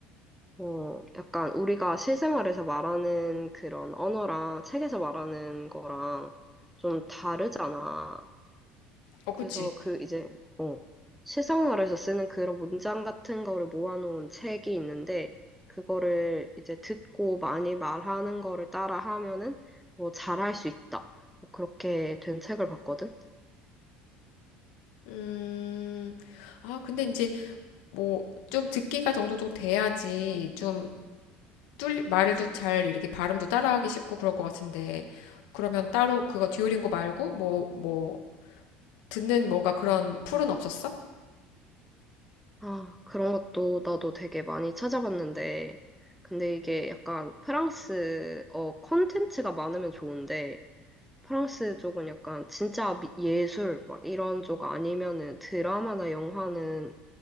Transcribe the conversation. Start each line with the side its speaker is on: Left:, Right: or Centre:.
Centre: 어, 약간 우리가 실생활에서 말하는 그런 언어랑 책에서 말하는 거랑 좀 다르잖아.
Left: 어,
Centre: 그래서
Left: 그치.
Centre: 그 이제, 어, 실생활에서 쓰는 그런 문장 같은 거를 모아놓은 책이 있는데, 그거를 이제 듣고 많이 말하는 거를 따라 하면은 뭐 잘할 수 있다. 뭐 그렇게 된 책을 봤거든.
Left: 음, 아, 근데 이제 뭐 좀 듣기가 정도 좀 돼야지 좀 뚫, 말도 잘 이렇게 발음도 따라하기 쉽고 그럴 것 같은데. 그러면 따로 그거 듀오링고 말고 뭐, 뭐, 듣는 뭔가 그런 풀은 없었어?
Centre: 아, 그런 것도 나도 되게 많이 찾아봤는데, 근데 이게 약간 프랑스어 컨텐츠가 많으면 좋은데, 프랑스 쪽은 약간 진짜 미- 예술 막 이런 쪽 아니면은 드라마나 영화는